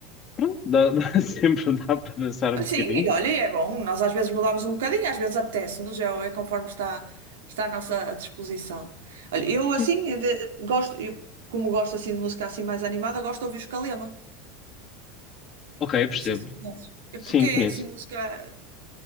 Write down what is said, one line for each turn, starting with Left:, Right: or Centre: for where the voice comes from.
Left: pronto, dá, dá- <laughs> sempre dá para dançar
Right: Mas
Left: um bocadinho.
Right: sim, e olha, e é bom. Nós às vezes mudamos um bocadinho, às vezes apetece-nos, é, é conforme está, está à nossa disposição. Olha, eu assim
Left: Sim.
Right: de- gosto, eu, como gosto assim de música assim mais animada, gosto de ouvir os Calema.
Left: Ok, percebo.
Right: Não sei se conheces. É
Left: Sim,
Right: Porque é
Left: conheço.
Right: assim música.